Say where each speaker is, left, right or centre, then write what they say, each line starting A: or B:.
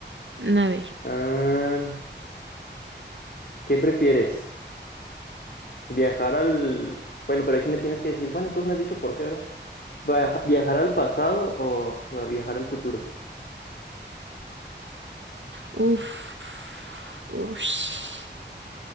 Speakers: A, on the right (about 75°); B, on the left (about 60°).
A: Mm, A ver.
B: Ah, ¿qué prefieres? ¿Viajar al... Bueno, pero ahí sí me tienes que decir, bueno, tú me has dicho por qué, ¿verdad? Viaja- ¿Viajar al pasado o bueno, viajar al futuro?
A: Uf. Ush.